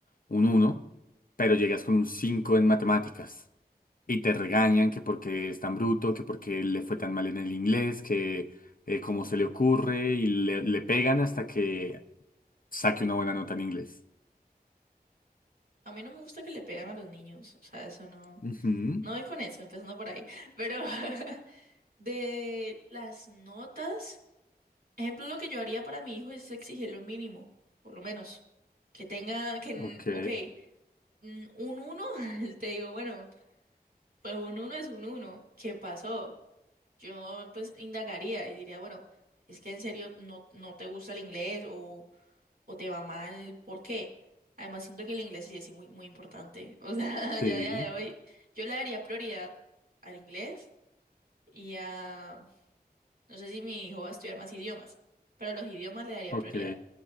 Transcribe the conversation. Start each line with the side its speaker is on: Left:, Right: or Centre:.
Left: un uno, pero llegas con un 5 en matemáticas. y te regañan que porque es tan bruto, que porque le fue tan mal en el inglés, que eh, cómo se le ocurre y le, le pegan hasta que saque una buena nota en inglés.
Right: A mí no me gusta que le pegan a los niños, o sea, eso no,
Left: Ujú,
Right: no voy con eso, empezando por ahí. <laughs> Pero <laughs> de las notas, ejemplo, lo que yo haría para mi hijo es exigir lo mínimo, por lo menos. Que tenga, que, n-
Left: Ok,
Right: ok, n- un uno, <laughs> te digo, bueno, pues un uno es un uno. ¿qué pasó? Yo pues indagaría y diría, bueno, es que en serio no, no te gusta el inglés o o te va mal, ¿por qué? Además, siento que el inglés sí es muy, muy importante. <laughs> O sea,
Left: sí,
Right: ya a día de hoy, yo le daría prioridad al inglés y a, no sé si mi hijo va a estudiar más idiomas, pero a los idiomas le daría
Left: ok.
Right: prioridad.